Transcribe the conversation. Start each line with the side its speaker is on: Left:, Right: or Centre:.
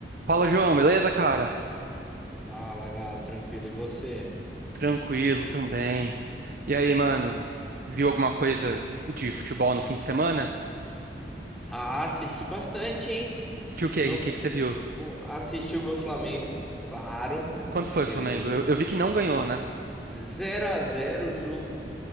Right: Fala, João, beleza, cara?
Centre: Fala, gato, tranquilo, e você?
Right: Tranquilo também. E aí, mano, c- viu alguma coisa de futebol no fim de semana?
Centre: Ah, assisti bastante, hein?
Right: Assistiu o quê?
Centre: Meu,
Right: O que que você viu?
Centre: pô, assisti o meu Flamengo, claro,
Right: Quanto foi
Centre: de
Right: o Flamengo?
Centre: lei.
Right: Eu, eu vi que não ganhou, né?
Centre: 0 a zero, jogo